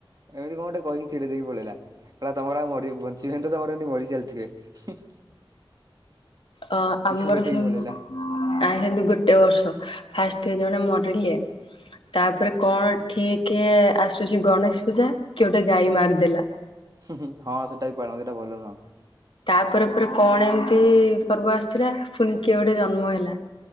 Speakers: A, on the right; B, on the left.
A: ଏମିତି କଣ ଗୋଟେ କହିକି ଚିଡ଼େଇ ଦେଇକି ପଳେଇଲା କହିଲା ତମର ଆଉ ମରିବ ବଞ୍ଚ ଏମିତି ତ ତାଙ୍କର ଏମିତି ମରି ଚାଲିଥିବେ ହୁଁ।
B: ଅ ଆମର
A: କହିଦେଇକି
B: ସେମ
A: ପଳେଇଲା
B: ଆ ସେମିତି ଗୋଟେ ବର୍ଷ ଫାର୍ଷ୍ଟ ଜଣେ ମରିଲେ। ତାପରେ କଣ ଠିକେ ଆସୁଛି ଗଣେଶ ପୂଜା। କିଏ ଗୋଟେ ଗାଈ ମାରିଦେଲା।
A: ହୁଁ ହୁଁ ହଁ ସେଟା ବି ପାଳନ୍ତି ସେଟା ଭଲ ନୁହଁ।
B: ତାପରେ ପରେ ପରେ କଣ ଏମିତି ପର୍ବ ଆସିଥିଲା ପୁଣି କିଏ ଗୋଟେ ଜନ୍ମ ହେଲା।